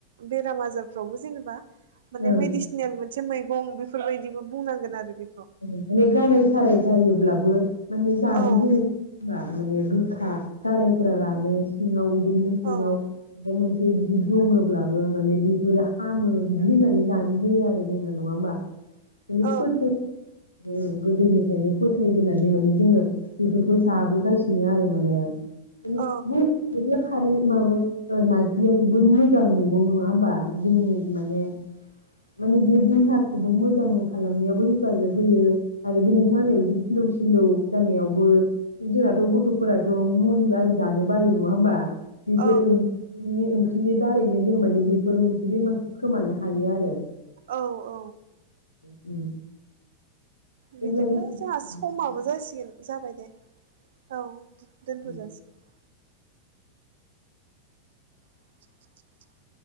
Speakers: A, on the right; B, on the left.
A: बेराम आजारफ्रावबो जेनेबा माने
B: ओं
A: मेडिसिनेल मोनसे मैगं बे फोर बायदिबो बुंनांगोन आरो बे
B: माने गाराय साराय जायोब्लाबो माने जानो
A: औ
B: होयो <unintelligible> माने गारायफोरा रानो सिङाव बेनि सिङाव
A: औ
B: बबेबा मोन से बिदि दङब्लाबो माने बेफोरो हामो बिदि होननानै जानो होयो आरो जोंना नङाहोम्बा? बेनि
A: औ
B: फोथै नाय गोदोनिफ्रायनो फोथायबोनानै माने जोङो बेफोरखौ जाबोगासिनो आरो माने। <unintelligible>
A: औ
B: खारै माबा नारजिया जोबोद मोजां मैगं नङा होमबा? जोंनि माने माने बियो देहाखौबो मोजां खालामनायावबो हेफाजाब होयो आरो बे नोंथां होननाय बायदि फिलौ सिलौ जानायावबो जोंनाथ' गथ'फोराथ' मुलि आरि जानो बायो नङा होमबा? बेफोर
A: औ
B: ओंख्रि ओंख्रि बिनि दारैनो जों माने बेफोर मोनसे बेमारखौ खोमानो हायो आरो।
A: औ औ
B: उम
A: बिदिब्ला
B: अब्ला जासिगोन
A: जोंहा समाबो जासिगोन जाबाय दे औ। दोनथ'
B: उम।
A: जासिगोन। <inaudible>